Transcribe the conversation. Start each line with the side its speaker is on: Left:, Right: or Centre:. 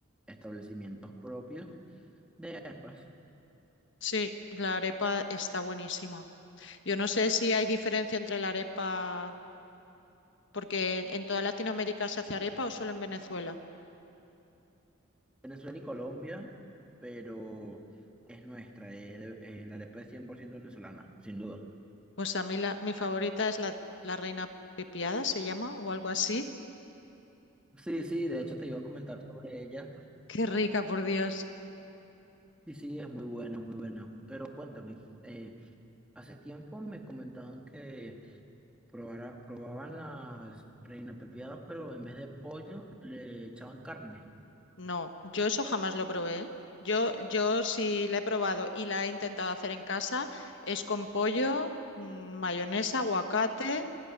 Centre: establecimientos propios de arepas.
Left: Sí, la arepa está buenísima. Yo no sé si hay diferencia entre la arepa, porque en en toda Latinoamérica se hace arepa o solo en Venezuela.
Centre: Venezuela y Colombia, pero es nuestra, es de- eh, la arepa es 100% venezolana, sin duda.
Left: Pues a mí la, mi favorita es la, la reina pepiada, se llama, o algo así.
Centre: Sí, sí, de hecho te iba a comentar sobre ella.
Left: <laughs> Qué rica, por Dios.
Centre: Sí, sí, es muy buena, muy buena. Pero cuéntame, eh, Hace tiempo me comentaban que probara, probaban las reina pepiadas, pero en vez de pollo le echaban carne.
Left: No, yo eso jamás lo probé. ¿eh? Yo, yo sí la he probado y la he intentado hacer en casa, es con pollo, mm, mayonesa, aguacate